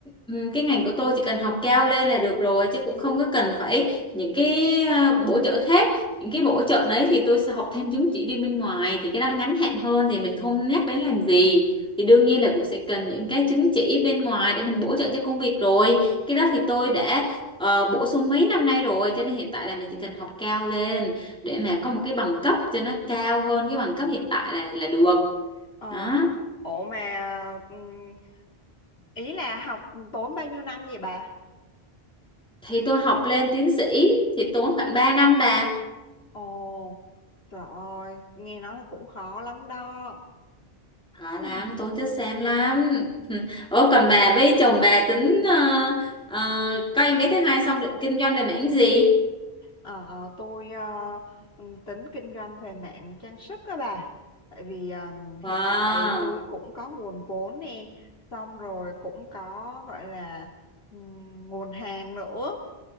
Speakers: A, in the centre; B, on the left.
A: ừm, cái ngành của tôi chỉ cần học cao lên là được rồi chứ cũng không có cần phải những cái à, bổ trợ khác những cái bổ trợ đấy thì tôi sẽ học thêm chứng chỉ đi bên ngoài thì cái đó ngắn hạn hơn thì mình không nhắc đến làm gì thì đương nhiên là cũng sẽ cần những cái chứng chỉ bên ngoài để mình bổ trợ cho công việc rồi cái đó thì tôi đã ờ, bổ sung mấy năm nay rồi cho nên hiện tại là mình chỉ cần học cao lên để mà có một cái bằng cấp cho nó cao hơn cái bằng cấp hiện tại là là được
B: ờ
A: đó
B: ủa mà ừm, ý là học tốn bao nhiêu năm vậy bà
A: thì tôi học lên tiến sĩ thì tốn khoảng 3 năm bà
B: ồ trời ơi nghe nói là cũng khó lắm đó
A: họ
B: <sighs>
A: làm tốn chất xám lắm <laughs> ủa còn bà với chồng bà tính ờ, ờ, có em bé thứ hai xong định kinh doanh về mảng gì
B: Ờ, ờ, tôi ờ, tính kinh doanh về mạng trang sức các bà tại vì ờ, hiện
A: wow
B: tại tôi cũng có nguồn vốn nè xong rồi cũng có gọi là ừm, nguồn hàng nữa